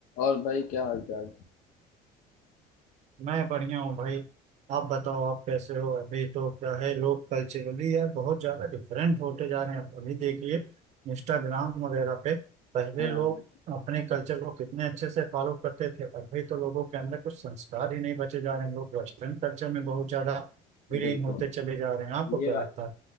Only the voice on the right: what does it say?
मैं बढ़िया हूँ भाई आप बताओ आप कैसे हो अभी तो क्या है लोग कल्चरली यार बहुत ज्यादा डिफरेंट होते जा रहे हैं अभी देखिए इंस्टाग्राम वगैरह पे पहले
लोग अपने कल्चर को कितने अच्छे से फॉलो करते थे अभी तो लोगों के अंदर कुछ संस्कार ही नहीं बचे जा रहे हैं लोग वेस्टर्न कल्चर में बहुत ज्यादा विलीन
होते चले जा रहे हैं आपको
क्या
लगता है